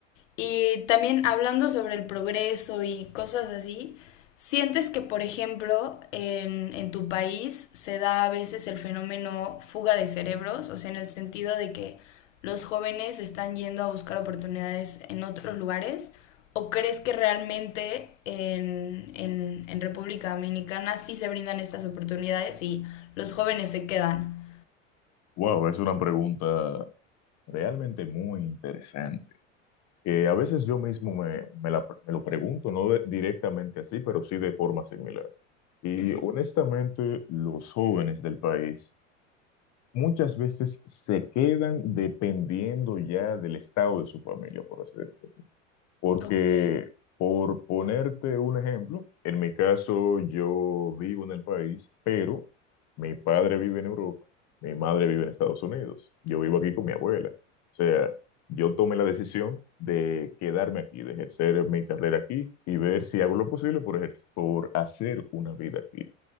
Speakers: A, on the left; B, on the left.
A: y también hablando sobre el progreso y cosas así, ¿sientes que, por ejemplo, en, en tu país se da a veces el fenómeno fuga de cerebros? O sea, en el sentido de que los jóvenes están yendo a buscar oportunidades en otros lugares. ¿O crees que realmente en, en, en República Dominicana sí se brindan estas oportunidades y los jóvenes se quedan?
B: Wow, es una pregunta realmente muy interesante. que a veces yo mismo me, me la- me lo pregunto, no de- directamente así, pero sí de forma similar. Y
A: Ujú,
B: honestamente, los jóvenes del país muchas veces se quedan dependiendo ya del estado de su familia, por así decirlo. Porque,
A: Ok.
B: por ponerte un ejemplo, en mi caso yo vivo en el país, pero mi padre vive en Europa, mi madre vive en Estados Unidos, yo vivo aquí con mi abuela. O sea, yo tomé la decisión de quedarme aquí, de ejercer mi carrera aquí y ver si hago lo posible por, ejer- por hacer una vida aquí